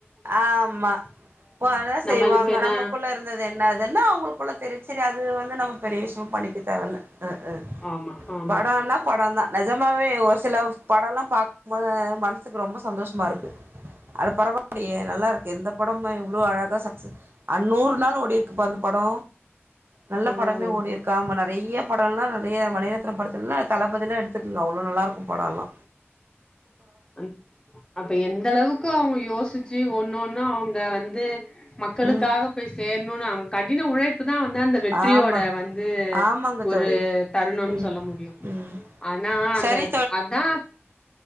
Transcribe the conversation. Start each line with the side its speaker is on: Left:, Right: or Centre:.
Right: ஆமா போடதா
Left: நம்மளுக்கு
Right: செய்வாங்க
Left: என்ன
Right: நமக்குள்ள இருந்தது என்ன ஏதுன்னா அவுங்களுக்குள்ள தெரியு சரி அது வந்து நம்ம பெரிய விஷயமா பண்ணிக்க தேவல்ல அ அ
Left: ஆமா ஆமா
Right: படொன்னா படொந்தா நெஜமாவே ஒரு சில படொல்லா பாக்கும்போது மனசுக்கு ரொம்ப சந்தோஷமா இருக்கு அது பரவா லையே நல்லா இருக்கே இந்த படம் இவ்ளோ அழகா சக்சஸ் அ நூற் நாள் ஓடிருக்குப்பா அந்த படொ நல்ல
Left: ம்
Right: படமே ஓடியிருக்கு ஆமா நைய ப டொல்லா நறைய மணிரத்னொ படத்லலா தள பதிலா எடுத்துக்குங்க அவ்ளோ நல்லா இருக்கு படொல்லா
Left: அந் அப்ப எந்த அளவுக்கு அவுங்க யோசிச்சி ஒன்னு ஒன்னு அவுங்க வந் து மக்களுக்காக
Right: ம்
Left: போய் சேந் ணுனு கடின உழைப் புதா வந்து அந்த வெற்றியோட
Right: ஆமா
Left: வந்து
Right: ஆமாங்க
Left: ஒரு
Right: தோழி
Left: தருணோனு
Right: ம்
Left: சொல்ல முடியு
Right: ம்
Left: ஆனா அந்த
Right: சரி
Left: அதா